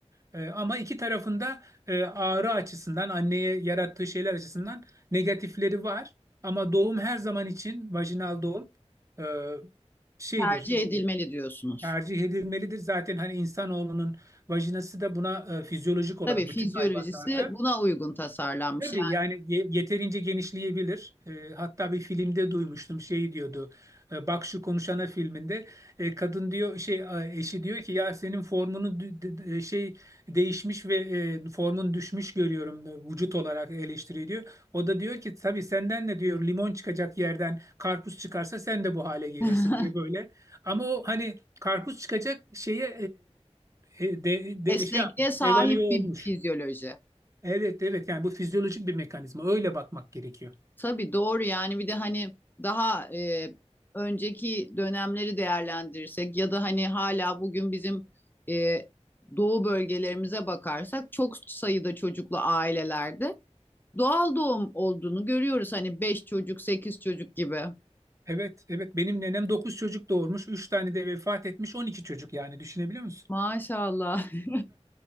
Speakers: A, on the right; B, on the left.
A: E, ama iki tarafında e, ağrı açısından, anneye yarattığı şeyler açısından negatifleri var. Ama doğum her zaman için vajinal doğum e, şeydir,
B: tercih edilmeli
A: e,
B: diyorsunuz.
A: tercih edilmelidir. Zaten hani insanoğlunun vajinası da buna e, fizyolojik olarak
B: Tabii fizyolojisi
A: bütün hayvanlarda
B: buna uygun tasarlanmış.
A: Tabii yani ye- yeterince genişleyebilir. E, hatta bir filmde duymuştum şey diyordu. e, Bak şu konuşana filminde e, kadın diyor şey e, eşi diyor ki ya senin formunu dü- dü- dü- e, şey değişmiş ve e, formun düşmüş görüyorum e, vücut olarak eleştiriyor diyor. O da diyor ki tabii senden ne diyor limon çıkacak yerden karpuz çıkarsa sen de bu hale gelirsin
B: Yani
A: diye böyle. Ama o hani karpuz çıkacak şeye e, e, de,
B: <laughs>
A: de,
B: esnekliğe
A: şey yapmış
B: sahip
A: evalüe olmuş.
B: bir fizyoloji.
A: Evet evet yani bu fizyolojik bir mekanizma öyle bakmak gerekiyor.
B: Tabii doğru yani bir de hani daha e, önceki dönemleri değerlendirirsek ya da hani hala bugün bizim e, doğu bölgelerimize bakarsak çok sayıda çocuklu ailelerde doğal doğum olduğunu görüyoruz. Hani 5 çocuk, 8 çocuk gibi.
A: Evet evet benim nenem 9 çocuk doğurmuş 3 tane de vefat etmiş 12 çocuk yani düşünebiliyor musun?
B: Maşallah. <laughs>